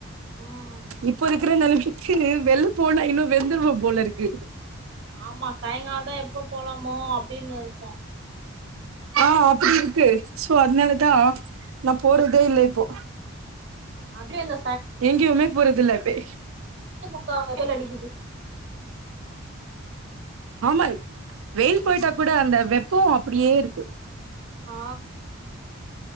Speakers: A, on the right; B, on the right.
A: ம்
B: இப்ப இருக்குற இந்த நிமிஷத் க்கு வெள்ள போனா இன்னு வெந்துருவ போலருக்கு
A: ஆமா சாய்ங்கால தா எப்ப போலமோ அப்டினு இருக்கு
B: ஆ அப்டி
A: மதி
B: இருக்கு சோ அதனால தா நா போறதே இல்ல இப்போ
A: அப்டியே அந்த
B: எங்கெயுமே போறதில்ல இப்பே
A: ஆமாக்கா அனல் அடிக்குது
B: ஆமா வெயில் பொயிட்டா கூட அந்த வெப்போ அப்டியே இருக்கு
A: ஆ